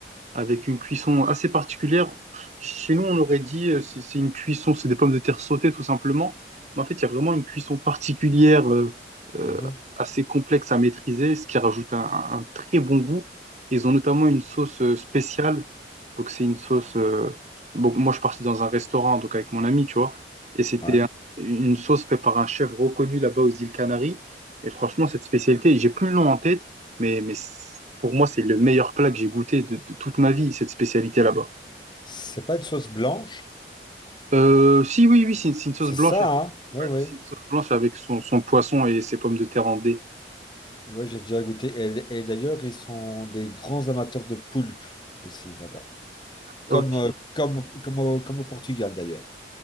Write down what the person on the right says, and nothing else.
avec une cuisson assez particulière. Chez nous, on aurait dit euh, c'est c'est une cuisson, c'est des pommes de terre sautées tout simplement. Mais en fait, il y a vraiment une cuisson particulière euh, euh,
assez complexe à maîtriser, ce qui rajoute un, un un très bon goût. Ils ont notamment une sauce euh, spéciale. Donc c'est une sauce. euh, Bon, moi, je suis parti dans un restaurant donc avec mon ami, tu vois, et c'était
un- une sauce faite par un chef reconnu là-bas aux îles Canaries. Et franchement, cette spécialité, j'ai plus le nom en tête. Mais, mais c- pour moi, c'est le meilleur plat que j'ai goûté de, de toute ma vie, cette spécialité là-bas.
Euh, si, oui, oui, c'est une, c'est une sauce
blanche.
avec-
ouais,
c'est une sauce blanche avec son, son poisson et ses pommes de terre en dés.
Ok.